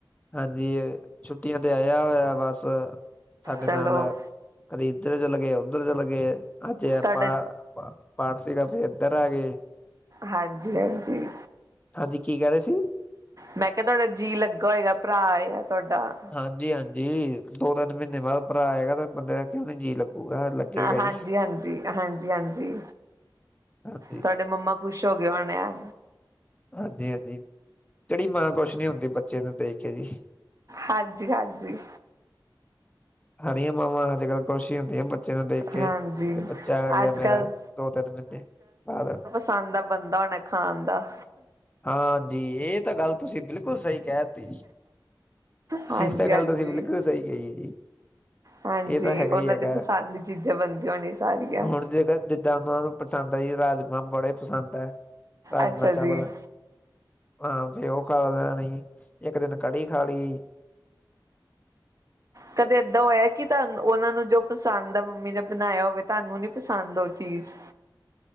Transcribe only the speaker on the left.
ਹਾਂਜੀ ਛੁੱਟੀਆਂ ਤੇ ਆਇਆ ਹੋਇਆ ਬਸ ਸਾਡੇ
ਨਾਲ। ਅਦੇ ਇਧਰ ਜਲਗੇ ਉਧਰ ਜਲਗੇ ਅਜੇ ਆਪ
ਪਾਠ ਸੀਗਾ ਫੇ ਇੱਧਰ ਆ ਗਏ।
ਹਾਂਜੀ ਕੀ ਕਹਿ ਰਹੇ ਸੀ।
ਹਾਂਜੀ ਹਾਂਜੀ ਦੋ ਤਿੰਨ ਮਹੀਨੇ ਬਾਅਦ ਭਰਾ ਆਏਗਾ ਤੇ ਬੰਦੇ ਦਾ ਕਿਉਂ ਨੀ ਜੀਅ ਲੱਗੂਗਾ। ਲੱਗੇਗਾ
ਹੀ
ਹਾਂਜੀ
ਹਾਂਜੀ ਹਾਂਜੀ ਕਿਹੜੀ ਮਾਂ ਕੁਛ ਨੀ ਹੁੰਦੀ ਬੱਚੇ ਨੂੰ ਦੇ ਕੇ ਜੀ।
ਹਰੀ ਮਾਂ ਅੱਜ ਕੱਲ ਖੁਸ਼ ਹੁੰਦੀ ਆ। ਬੱਚੇ ਨੂੰ ਦੇਖ ਕੇ
ਕਿ ਬੱਚਾ ਆ ਗਿਆ
ਮੇਰਾ
ਦੋ ਤਿੰਨ ਮਹੀਨੇ ਬਾਅਦ।
ਹਾਂਜੀ ਇਹ ਤਾਂ ਗੱਲ ਤੁਸੀਂ ਬਿਲਕੁਲ ਸਹੀ। ਕਹਿ ਤੇ
ਇਹ ਤਾਂ ਗੱਲ
ਤੁਸੀਂ ਬਿਲਕੁਲ ਸਹੀ ਕਹੀ ਜੀ।
ਇਹ ਤਾਂ ਹੈਗਾ
ਹੀ ਹੈਗਾ
ਹੁਣ ਜੇਕ। ਜਿੱਦਾਂ ਉਹਨਾਂ ਨੂੰ ਪਸੰਦ ਆ ਜੀ ਰਾਜਮਾਂ ਬੜੇ ਪਸੰਦ ਹੈ ਰਾਜਮਾਂ।
ਚਾਵਲ
ਹਾਂ ਫੇ ਉਹ ਖਾ ਲੈਣੀ ਇੱਕ ਦਿਨ ਕੜੀ ਖਾ ਲਈ